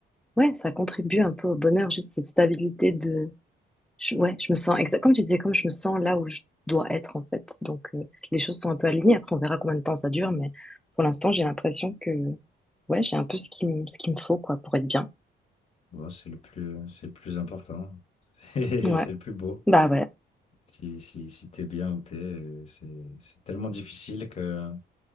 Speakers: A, in the centre; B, on the left.
A: ouais, ça contribue un peu au bonheur, juste cette stabilité de, je- ouais, je me sens exact, comme tu disais, comme je me sens là où je dois être en fait. Donc, euh, les choses sont un peu alignées. Après, on verra combien de temps ça dure, mais pour l'instant, j'ai l'impression que, ouais, j'ai un peu ce qui me, ce qu'il me faut quoi pour être bien.
B: Bon, c'est le plus, c'est le plus important. <laughs> Et
A: Ouais,
B: c'est le plus beau.
A: bah ouais,
B: Si, si, si t'es bien où t'es, euh, c'est, c'est tellement difficile que...